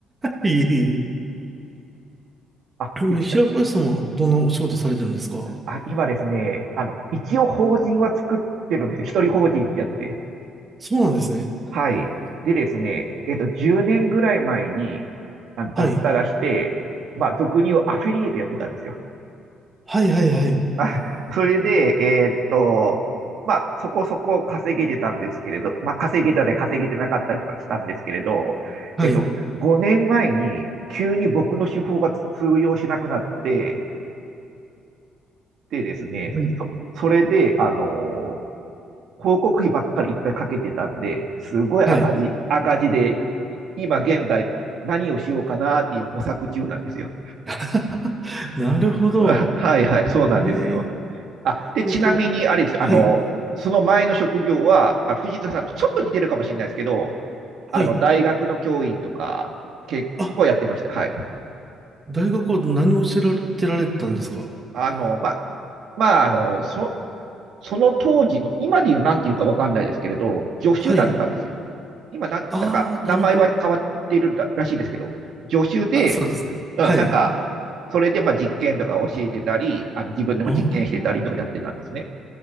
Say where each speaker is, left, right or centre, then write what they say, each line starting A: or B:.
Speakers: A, on the right (about 20°); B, on the right (about 60°).
A: いえいええ。
B: あ、
A: <laughs> でもう平林さんはどんなお仕事されてるんですか
B: で、ちな、あ、今ですね、あの、一応法人は作ってるんですよ。一人法人ってやつで。
A: そうなんですね。
B: はい。でですね、えっと、10年ぐらい前に、あの、脱サラして、
A: はい。
B: まあ、俗に言うアフィリエイトやってたんですよ。
A: はいはいはい。
B: <laughs> あ、それで、えーっと、まあ、そこそこ稼げてたんですけれど、まあ、稼げたで稼げてなかったりとかしたんですけれど、
A: はい。
B: えーっと、5年前に急に僕の手法が通用しなくなって、でですね、
A: はい。
B: そ、それで、あの広告費ばっかりいっぱいかけてたんで、すごい赤字、
A: はい。
B: 赤字で、い今現在何をしようかなっていう模索中なんですよ。
A: <laughs> なるほど。
B: <laughs> はいはい、そうなんですよ。
A: え
B: あ、で、ちなみに、
A: ええっと、
B: あれですよ、
A: はい。
B: あの、その前の職業は、あの藤田さんとちょっと似てるかもしれないですけど、あの、
A: はい。
B: 大学の教員とか、結構やってました。
A: あ、
B: はい。
A: 大学は何を教えられてられてたんですか
B: あの、ま、まあ、あの、そ、その当時の、今で言うなんていうかわかんないですけれど、助手だったんですよ。
A: はい。
B: 今なん、
A: ああ、
B: なんか、
A: なるほど。
B: 名前は変わってるららしいですけど、助手で、
A: あ、そうですね。
B: うん、
A: はい。
B: なんか、それでまあ実験とか教えてたり、あの自分でも実験してたりとかやってたんですね。
A: あ